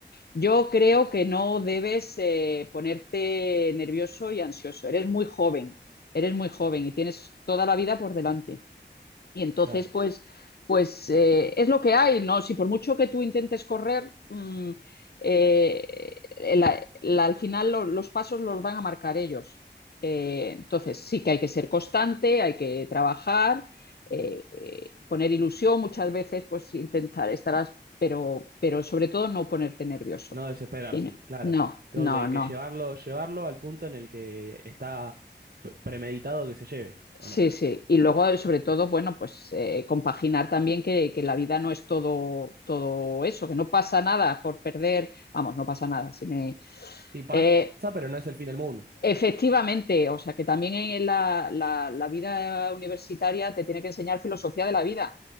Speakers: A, on the left; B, on the right.
A: Yo creo que no debes eh, ponerte nervioso y ansioso. Eres muy joven, eres muy joven y tienes toda la vida por delante. Y entonces,
B: claro.
A: pues, pues eh, es lo que hay, ¿no? Si por mucho que tú intentes correr, mm, eh, la- la- al final lo- los pasos los van a marcar ellos. Eh, entonces, sí que hay que ser constante, hay que trabajar, eh, eh, poner ilusión muchas veces, pues intentar estarás, pero, pero sobre todo no ponerte nervioso.
B: No desesperarse,
A: Tiene-
B: claro.
A: No,
B: Tengo
A: no,
B: que,
A: no,
B: que llevarlo, llevarlo al punto en el que está p- premeditado que se lleve, ¿o
A: Sí,
B: no?
A: sí. Y luego, eh, sobre todo, bueno, pues eh, compaginar también que, que la vida no es todo, todo eso, que no pasa nada por perder, vamos, no pasa nada. Si me...
B: Sí, pasa,
A: Eh,
B: pero no es el fin del mundo.
A: efectivamente, o sea, que también en la, la- la vida universitaria te tiene que enseñar filosofía de la vida